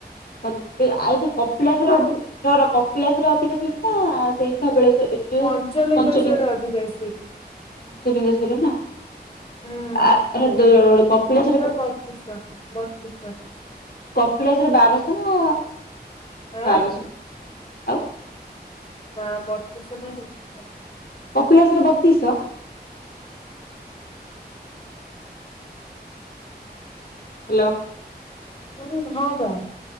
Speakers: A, on the left (about 65°); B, on the left (about 35°).
A: ଆ ଯୋଉ କପିଳାସର ଅଧିକ, <inaudible> ନାକପିଳାସ ରେ ଅଧିକ ସିଡି ନା ସେଇ ଧବଳେଶ୍ଵରରେ? <unintelligible>
B: ପଞ୍ଚଲିଙ୍ଗେଶ୍ଵରରେ
A: ପଞ୍ଚଲିଙ୍ଗ
B: ଅଧିକା ସିଡି।
A: ପଞ୍ଚଲିଙ୍ଗେଶ୍ଵର ନା।
B: ହୁଁ
A: ଆ-ରେ- କପିଳାସରେ
B: ବତିଶ ବତିଶ
A: କପିଳାସରେ ବାରଶହ ନା।
B: ହେ
A: ବାରଶହ ଆଉ
B: ନା ବତିଶହ ନା ତେତିଶହ।
A: କପିଳାସ ରେ ବତିଶହ? ହାଲୋ।
B: ହୁଁ ଉଁ ହଁ ବା।